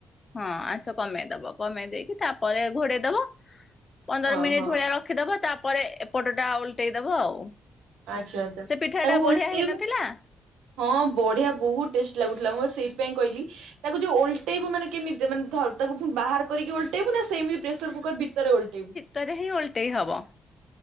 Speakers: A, on the left; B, on the right.
A: ହଁ ଆଁସ କମେଇ ଦବ। କମେଇ ଦେଇକି ତାପରେ ଘୋଡେଇ ଦବ ପନ୍ଦର
B: ହଁ
A: ମିନିଟ
B: ହଁ
A: ଭଳିଆ ର ଖିଦବା ତାପରେ ଏପଟଟା ଓଲଟେଇଦବ ଆଉ।
B: ଆଚ୍ଛା ଆଚ୍ଛା
A: ସେ ପିଠା
B: ତାକୁ
A: ଟା ବଢିଆ
B: ଓଲଟେଇବ
A: ହେଇନଥିଲା
B: ହଁ ବଢିଆ ବହୁତ ଟେଷ୍ଟ ଲାଗୁଥିଲା ମ ସେଇ ପେଇଁ କହିଲି ତାକୁ ଯଉ ଓଲଟେଇବ ମାନେ କେମିତି ମାନେ ଧ ତାକୁ ବାହାର କରି ଓଲ ଟେଇବୁ ନା ସେମି ପ୍ରେସର କୁକର ଭିତରେ ଓଲଟେଇବୁ?
A: ତରେ ହିଁ ଓଲଟେଇ ହେବ।